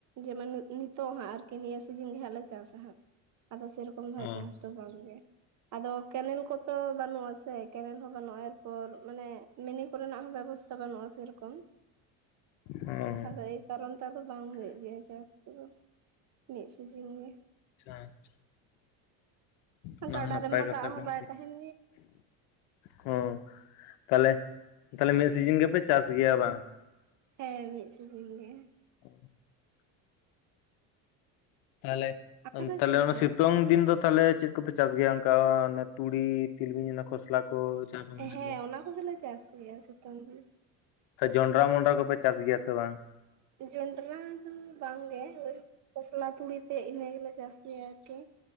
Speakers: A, on the right; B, on the left.
A: ᱡᱮᱢᱚᱱ ᱱᱤᱛᱚᱜ ᱦᱟᱸᱜ ᱟᱨᱠᱤ ᱱᱤᱭᱟᱹ ᱥᱤᱡᱤᱱ ᱜᱮ ᱦᱟᱸᱜ ᱞᱮ ᱪᱟᱥᱟ ᱦᱟᱸᱜ ᱟᱫᱚ ᱥᱮᱨᱚᱠᱚᱢ ᱫᱚ
B: ᱚᱸ
A: ᱪᱟᱥ ᱛᱚ ᱵᱟᱝᱜᱮ ᱟᱫᱚ ᱠᱮᱱᱮᱞ ᱠᱚ ᱛᱚ ᱵᱟᱹᱱᱩᱜᱼᱟ ᱥᱮ ᱠᱮᱱᱮᱞ ᱦᱚᱸ ᱵᱟᱹᱱᱩᱜᱼᱟ ᱮᱨᱯᱚᱨ ᱢᱟᱱᱮ ᱢᱤᱱᱤ ᱠᱚᱨᱮᱱᱟᱜ ᱦᱚᱸ ᱵᱮᱵᱚᱥᱛᱟ ᱵᱟᱹᱱᱩᱜᱼᱟ ᱥᱮᱨᱚᱠᱚᱢ ᱾ ᱠᱳᱱᱳ,
B: ᱦᱚᱸ
A: ᱟᱫᱚ ᱮᱭ ᱠᱟᱨᱚᱱ ᱛᱮ ᱟᱫᱚ ᱵᱟᱝ ᱦᱩᱭᱩᱜ ᱜᱮᱭᱟ ᱪᱟᱥ ᱠᱚᱫᱚ ᱾ ᱢᱤᱫ ᱥᱤᱡᱤᱱ ᱜᱮ ᱾
B: ᱟᱪᱪᱷᱟ ᱟᱪᱪᱷᱟ ᱚᱱᱟ
A: ᱜᱟᱰᱟ
B: ᱦᱚᱸ ᱱᱟᱯᱟᱭ
A: ᱨᱮᱢᱟ
B: ᱠᱟᱛᱷᱟ
A: ᱫᱟᱜ ᱦᱚᱸ
B: ᱠᱟᱱ
A: ᱵᱟᱭ
B: ᱜᱮᱭᱟ
A: ᱛᱟᱦᱮᱱ
B: ᱾ ᱦᱚ ᱛᱟᱦᱚᱞᱮ ᱛᱟᱦᱚᱞᱮ ᱢᱤᱫ ᱥᱤᱡᱤᱱ ᱜᱮᱯᱮ ᱪᱟᱥ ᱜᱮᱭᱟ ᱵᱟᱝ?
A: ᱦᱮᱸ ᱢᱤᱫ ᱥᱤᱡᱤᱱ ᱜᱮ ᱾
B: <inaudible> ᱛᱟᱦᱚᱞᱮ
A: ᱟᱯᱮ
B: ᱚᱱᱠᱟᱱ
A: ᱫᱚ ᱪᱮᱫ ᱞᱮᱠᱟ
B: ᱥᱤᱛᱩᱝ ᱫᱤᱱ ᱫᱚ? ᱛᱟᱦᱚᱞᱮ ᱪᱮᱫ ᱠᱚᱯᱮ ᱪᱟᱥ ᱜᱮᱭᱟ ᱚᱱᱠᱟ ᱚᱱᱮ ᱛᱩᱲᱤ ᱛᱤᱞᱢᱤᱧ ᱚᱱᱟ ᱠᱷᱚᱥᱞᱟ ᱠᱚ ᱡᱟᱦᱟᱸ ᱠᱚ ᱢᱮᱱᱟᱜ
A: ᱦᱮᱸ
B: ᱫᱚ
A: ᱚᱱᱟ ᱠᱚᱫᱚᱞᱮ ᱪᱟᱥ ᱜᱮᱭᱟ ᱥᱤᱛᱩᱝ ᱫᱤᱱ ᱾
B: ᱥᱮ ᱡᱚᱱᱰᱨᱟ ᱢᱚᱸᱰᱨᱟ ᱠᱚᱯᱮ ᱪᱟᱥ ᱜᱮᱭᱟ ᱥᱮ ᱵᱟᱝ?
A: ᱡᱚᱸᱱᱰᱨᱟ ᱫᱚ ᱵᱟᱝᱜᱮ ᱦᱳᱭᱳᱜ ᱠᱷᱚᱥᱞᱟ ᱛᱩᱲᱤᱛᱮ ᱤᱱᱟᱹ ᱜᱮᱞᱮ ᱪᱟᱥ ᱜᱮᱭᱟ ᱟᱨᱠᱤ